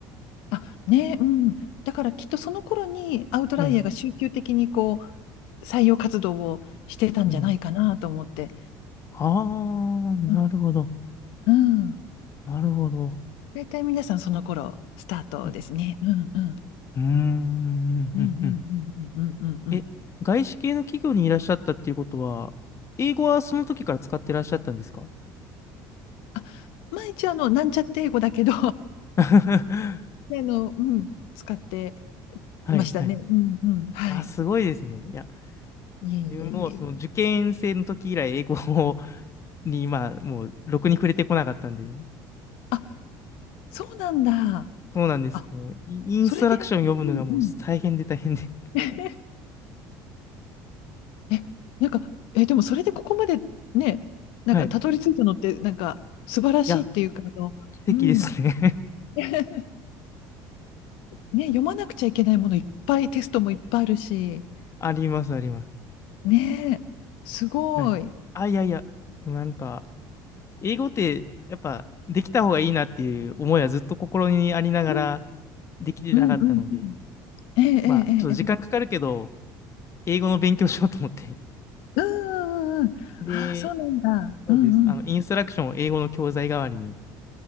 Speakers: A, on the left; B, on the left.
A: あ、ね、うん。だからきっとその頃にアウトライヤーが集中的にこ
B: はい。
A: う採用活動をしてたんじゃないかなと思って。
B: うん。ああ、なるほど。
A: うん。うん。
B: なるほど。
A: 大体皆さんその頃スタートですね。
B: は
A: うんうん。
B: いうーん、
A: うんうんう
B: うん、うん。
A: んうんうんうん。うん。
B: え、外資系の企業にいらっしゃったっていうことは、英語はその時から使ってらっしゃったんですか
A: あ、毎日あの、なんちゃって英語だけど
B: <laughs> は
A: <laughs> あの、うん、使ってましたね。
B: い、はい。
A: うんうん。はい。
B: あ、すごいですね。いや、
A: いえいえいえ。
B: 自分もその受験生の時以来英語を <laughs> に今、もう、ろくに触れてこなかったんで、
A: あ、そうなんだ。
B: そうなんです。
A: あ、
B: もう、イインストラクション読むのがもう大変で大変で。
A: それで、うんうん。<laughs> え、なんか、え、でもそれでここまでね、なんかたどり着いたのって、
B: はい。い
A: なんか素晴らしいっていうか、
B: や、
A: あの、
B: 奇跡ですね
A: うん。<laughs> ね、読まなくちゃいけないものいっぱい、テストもいっぱいあるし、
B: <laughs> あります、あります。
A: ねえ、すごい。
B: はい。あ、いやいや、でもなんか、英語ってやっぱできた方がいいなっていう思いはずっと心にありながら
A: うん
B: できてなかったので、
A: うんうんうん。ええええええ。
B: まあちょっと時間かかるけど、英語の勉強しようと思って。
A: うんうんうん。
B: で、
A: ああ、そうなんだ。
B: そうです。
A: うんうん。
B: あの、インストラクションを英語の教材代わりに